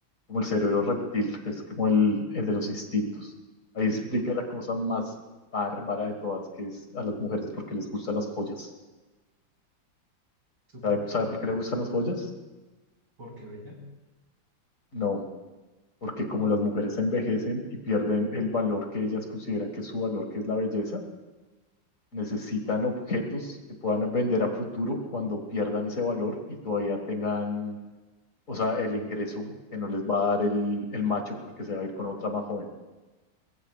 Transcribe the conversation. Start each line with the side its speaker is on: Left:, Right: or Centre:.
Left: como el cerebro reptil, que es como el, el de los instintos. Ahí
Right: Sí,
Left: explica la cosa más bárbara de todas, que es a las mujeres porque les gustan las joyas.
Right: súper
Left: ¿Sabe,
Right: interesante.
Left: sabe por qué les gustan las joyas?
Right: ¿Por qué brilla?
Left: No, porque como las mujeres envejecen y pierden el valor que ellas consideran que es su valor, que es la belleza, necesitan objetos que puedan vender a futuro cuando pierdan ese valor y todavía tengan, o sea, el ingreso que no les va a dar el, el macho porque se va a ir con otra más joven.